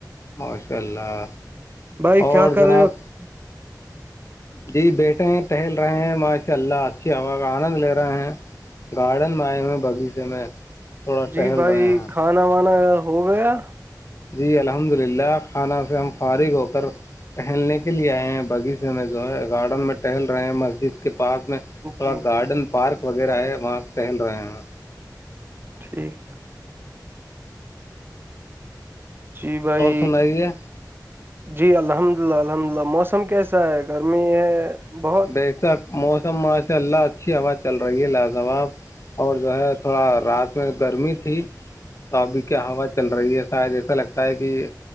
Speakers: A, on the left; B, on the right.
A: ماشاء اللہ
B: بھائی
A: اور
B: کیا کر
A: جناب
B: رہے ہو
A: جی بیٹھے ہیں ٹہل رہے ہیں ماشا اللہ اچھی ہوا کا آنند لے رہے ہیں گارڈن میں آئے ہوئے بغیچے میں تھوڑا
B: جی
A: ٹہل
B: بھائی
A: رہے ہیں
B: کھانا وانا ہو گیا
A: جی الحمد للہ کھانا سے ہم فارغ ہو کر ٹہلنے کے لیے آئے ہیں بغیچے میں جو ہے گارڈن میں ٹہل رہے ہیں مسجد کے پاس میں تھوڑا
B: جی
A: گارڈن پارک وغیرہ ہے وہاں ٹہل رہے ہیں
B: ٹھیک جی بھائی
A: اور سنائیے
B: جی الحمد للہ الحمدلہ موسم کیسا ہے گرمی ہے بہت
A: ویسک موسم ماشاء اللہ اچھی ہوا چل رہی ہے لاجواب اور جو ہے تھوڑا رات میں گرمی تھی تو ابھی کیا ہوا چل رہی ہے شاید ایسا لگتا ہے کہ